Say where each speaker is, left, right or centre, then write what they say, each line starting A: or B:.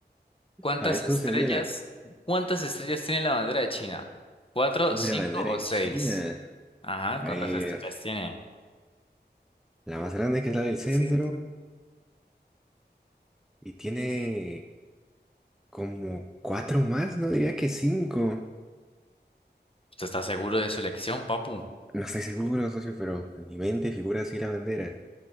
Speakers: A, on the left; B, in the centre.
A: ¿Cuántas
B: A ver,
A: estrellas,
B: socio, dígala.
A: cuántas estrellas tiene la bandera de China? ¿Cuatro,
B: Uy,
A: cinco
B: la bandera
A: o
B: de
A: seis?
B: China.
A: Ajá,
B: A
A: ¿cuántas
B: ver,
A: estrellas tiene?
B: la más grande que es la del centro
A: el centro
B: y tiene
A: tiene
B: como cuatro más, no diría que cinco.
A: ¿Usted está seguro de su elección, papu?
B: No estoy seguro, socio, pero en mi mente figura así la bandera.